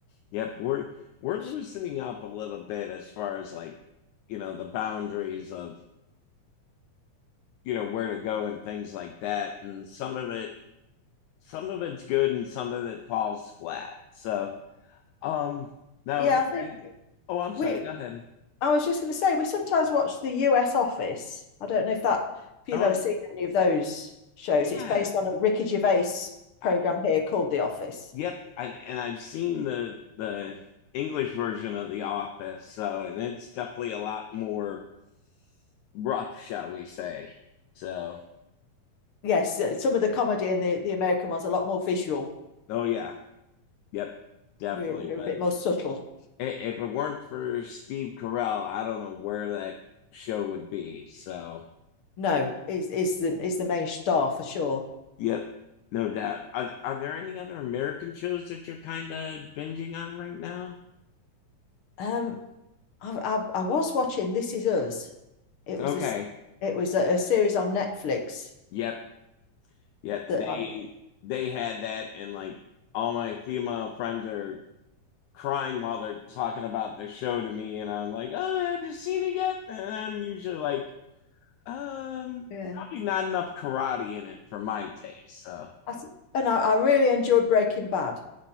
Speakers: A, on the left; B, on the left.
A: yep, we're we're
B: Which,
A: loosening up a little bit as far as like you know the boundaries of you know where to go and things like that, and some of it some of it's good and some of it falls flat. So Um, now
B: yeah,
A: there
B: I think
A: any, oh, I'm sorry.
B: we
A: Go ahead.
B: I was just going to say, we sometimes watch the US Office. I don't know if that if you've
A: Oh,
B: ever seen any of those shows.
A: yeah.
B: It's based on a Ricky Gervais
A: I,
B: program here called The Office.
A: yep. I, and I've seen the the English version of The Office, so and it's definitely a lot more rough, shall we say? So,
B: Yes, uh, some of the comedy in the, the American ones are a lot more visual.
A: oh yeah, yep, definitely.
B: We're we're
A: But
B: a bit more subtle.
A: if it weren't for Steve Carell, I don't know where that show would be. So,
B: No, is is the is the main star for sure.
A: yep, no doubt. Are are there any other American shows that you're kind of binging on right now?
B: Um, I, I I was watching This Is Us. It
A: Okay.
B: was a it was a, a series on Netflix
A: Yep. Yeah,
B: that
A: they
B: I'm
A: they had that, and like all my female friends are crying while they're talking about the show to me, and I'm like, oh, have you seen it yet? And I'm usually like, um,
B: yeah,
A: probably not enough karate in it for my taste. So,
B: I, and I, I really enjoyed Breaking Bad.